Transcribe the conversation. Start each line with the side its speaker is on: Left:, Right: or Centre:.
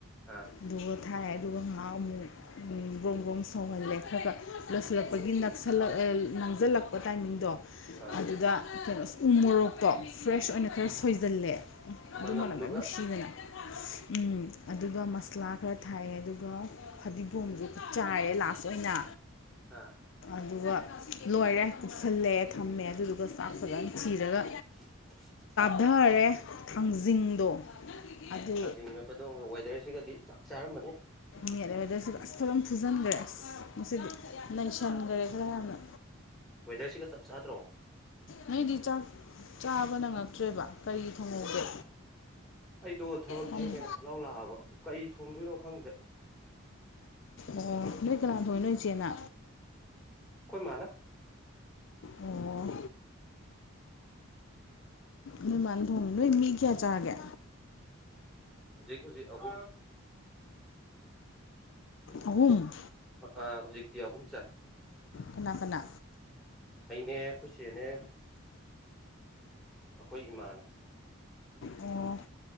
Centre: ꯑꯥ
Left: ꯑꯗꯨꯒ ꯊꯥꯏ ꯑꯗꯨ ꯉ ꯑꯃꯨꯛ ꯕ꯭ꯔꯣ ꯕ꯭ꯔꯣꯡ ꯁꯧꯍꯜꯂꯦ ꯈꯔ ꯈꯔ ꯂꯣꯏꯁꯤꯜꯂꯛꯄꯒꯤ ꯅꯛꯁꯜꯂꯛ ꯃꯥꯡꯁꯤꯜꯂꯛꯄ ꯇꯥꯏꯃꯤꯡꯗꯣ
Centre: ꯑꯥ
Left: ꯑꯗꯨꯗ ꯀꯩꯅꯣ ꯎ ꯃꯣꯔꯣꯛꯇꯣ ꯐ꯭ꯔꯦꯁ ꯑꯣꯏꯅ ꯈꯔ ꯁꯣꯏꯖꯤꯜꯂꯦ ꯎꯝ
Centre: ꯃꯅꯝꯗꯨꯒ
Left: ꯑꯗꯨ ꯃꯅꯝꯗꯣ ꯌꯥꯝ ꯅꯨꯡꯁꯤꯗꯅ ꯎꯝ ꯑꯗꯨꯒ ꯃꯁꯂꯥ ꯈꯔ ꯊꯥꯏꯌꯦ ꯑꯗꯨꯒ ꯐꯗꯤꯒꯣꯝꯁꯨ ꯆꯥꯏꯔꯦ ꯂꯥꯁ ꯑꯣꯏꯅ
Centre: ꯑꯥ
Left: ꯑꯗꯨꯒ ꯂꯣꯏꯔꯦ ꯀꯨꯞꯁꯜꯂꯦ ꯊꯝꯃꯦ ꯑꯗꯨꯗꯨꯒ ꯆꯥꯛ ꯐꯖꯅ ꯊꯤꯔꯒ
Centre: <inaudible>
Left: ꯀꯣꯊꯔꯦ ꯊꯥꯡꯖꯤꯡꯗꯣ ꯑꯗꯨ
Centre: ꯊꯥꯡꯖꯤꯡ ꯃꯦꯄꯗꯣꯝꯒ ꯋꯦꯗꯔꯁꯤꯒꯗꯤ ꯆꯞ ꯆꯥꯔꯝꯅꯤ
Left: ꯃꯦꯠꯂꯦꯕ ꯑꯗꯁꯨ ꯑꯁ ꯈꯔꯝ ꯐꯨꯖꯤꯟꯈ꯭ꯔꯦ ꯑꯁ ꯉꯁꯤꯗꯤ ꯅꯪꯁꯟꯈ꯭ꯔꯦ ꯈꯔ ꯌꯥꯝꯅ
Centre: ꯋꯦꯗꯔꯁꯤꯒ ꯆꯞ ꯆꯥꯗ꯭ꯔꯣ
Left: ꯅꯣꯏꯗꯤ ꯆꯥꯛ ꯆꯥꯕ ꯅꯪꯉꯛꯇ꯭ꯔꯦꯕ ꯀꯔꯤ ꯊꯣꯡꯍꯧꯒꯦ
Centre: ꯑꯩꯗꯣ ꯊꯕꯛ
Left: ꯄꯝꯃꯨ
Centre: ꯊꯦꯡꯉꯦꯅ ꯐꯠ ꯂꯥꯎ ꯂꯥꯛꯑꯕ ꯀꯩ ꯊꯣꯡꯗꯣꯏꯅꯣ ꯈꯪꯗꯦ
Left: ꯑꯣ ꯅꯣꯏ ꯀꯅꯥ ꯊꯣꯛꯏ ꯅꯣꯏ ꯏꯆꯦꯅ
Centre: ꯑꯩꯈꯣꯏ ꯃꯥꯅ
Left: ꯑꯣ ꯅꯣꯏꯃꯥꯟ ꯊꯣꯡꯉꯦ ꯅꯣꯏ ꯃꯤ ꯀꯌꯥ ꯆꯥꯒꯦ
Centre: ꯍꯧꯖꯤꯛ ꯍꯧꯖꯤꯛ ꯑꯍꯨꯝ
Left: ꯑꯍꯨꯝ
Centre: ꯑꯥ ꯍꯧꯖꯤꯛꯇꯤ ꯑꯍꯨꯝ ꯆꯥꯏ
Left: ꯀꯅꯥ ꯀꯅꯥ
Centre: ꯑꯩꯅꯦ ꯈꯣꯏ ꯆꯦꯅꯦ ꯑꯩꯈꯣꯏ ꯏꯃꯥꯅꯦ
Left: ꯑꯣ